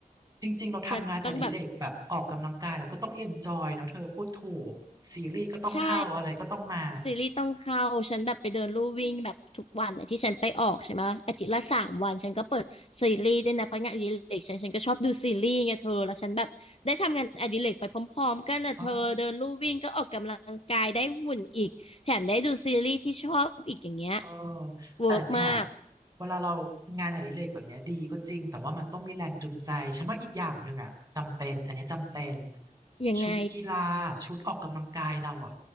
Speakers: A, on the right; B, on the left.
A: จริงๆเราทำงานอดิเรกแบบออกกำลังกายแล้วก็ต้องเอนจอยเนาะเธอพูดถูกซีรีส์ก็ต้องเข้าอะไรก็ต้องมา
B: ฉันต้องแบบใช่ ซีรีส์ต้องเข้าฉันแบบไปเดินลู่วิ่งแบบทุกวันอะที่ฉันไปออกใช่ไหมอาทิตย์ละสามวันฉันก็เปิดซีรีส์ด้วยนะเพราะงานอดิเรกฉันฉันก็ชอบดูซีรีส์ไงเธอแล้วฉันแบบได้ทำงานอดิเรกไปพร้อมๆกันนะเธอเดินลู่วิ่งก็ออกกำลังกายได้หุ่นอีกแถมได้ดูซีรีส์ที่ชอบอีกอย่างเงี้ย
A: อ๋อ เออ
B: เวิร์กมาก
A: แต่เนี่ยเวลาเรางานอดิเรกแบบเนี้ยดีก็จริงแต่ว่ามันต้องมีแรงจูงใจฉันว่าอีกอย่างหนึ่งอ่ะจำเป็นอันเนี้ยจำเป็น
B: ยังไง
A: ชุดกีฬาชุดออกกำลังกายเราอ่ะ